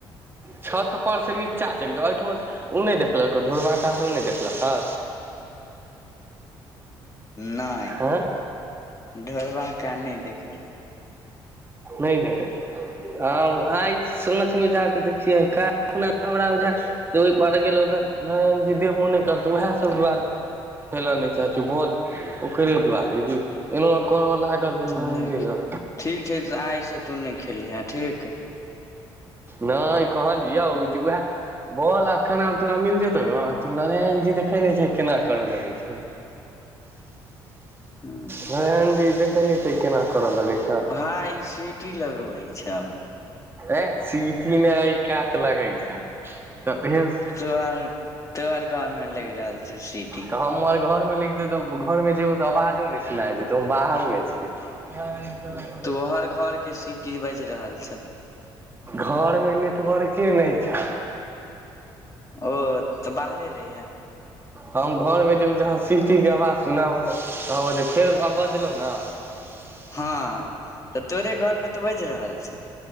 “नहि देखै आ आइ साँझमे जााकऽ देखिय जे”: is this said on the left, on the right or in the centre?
Right